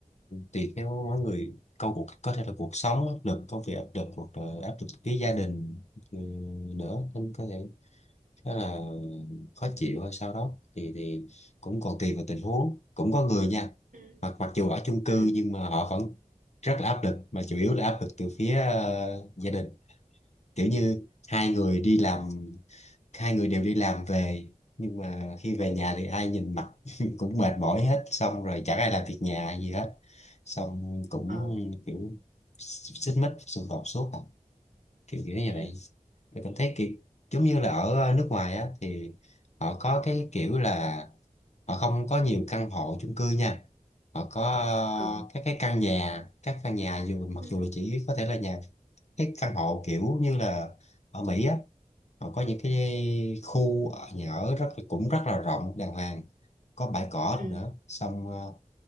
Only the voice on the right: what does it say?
ừ
ừ
ờ
ừ
ờ
ừ
ừ